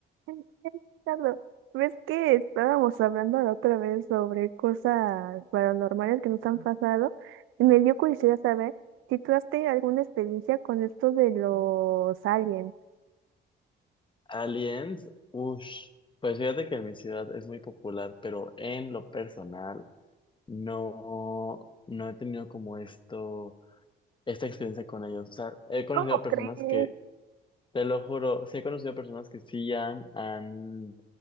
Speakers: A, on the right (about 85°); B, on the left (about 25°).
A: Ay, ay, Ricardo, ¿ves que estábamos hablando la otra vez sobre cosas paranormales que nos han pasado? Y me dio curiosidad saber si tú has tenido alguna experiencia con esto de los aliens.
B: Aliens, ush, pues fíjate que en mi ciudad es muy popular, pero en lo personal no, no he tenido como esto, esta experiencia con ellos. O sea, he conocido
A: ¿Cómo
B: personas
A: crees?
B: que, te lo juro, sí he conocido personas que sí han, han